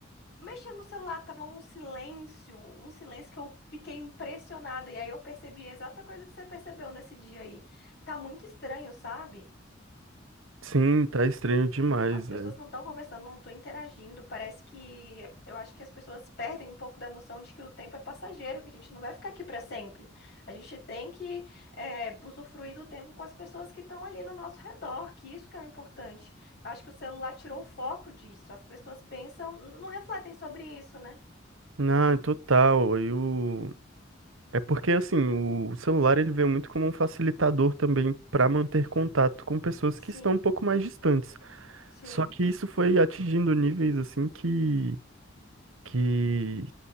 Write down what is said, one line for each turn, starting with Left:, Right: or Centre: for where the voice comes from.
Left: mexendo no celular, tava um silêncio, um silêncio que eu fiquei impressionada. E aí eu percebi a exata coisa que você percebeu nesse dia aí. Tá muito estranho, sabe?
Right: Sim, tá estranho demais,
Left: As pessoas
Right: velho.
Left: não estão conversando, não estão interagindo. Parece que eu acho que as pessoas perdem um pouco da noção de que o tempo é passageiro, que a gente não vai ficar aqui para sempre. A gente tem que é, usufruir do tempo com as pessoas que estão ali no nosso redor, que isso que é o importante. Eu acho que o celular tirou o foco disso. As pessoas pensam, não refletem sobre isso, né?
Right: Não, total. Eu É porque assim, o celular ele veio muito como um facilitador também para manter contato com pessoas
Left: Sim.
Right: que estão um pouco mais distantes.
Left: Sim,
Right: Só que isso foi atingindo níveis assim que que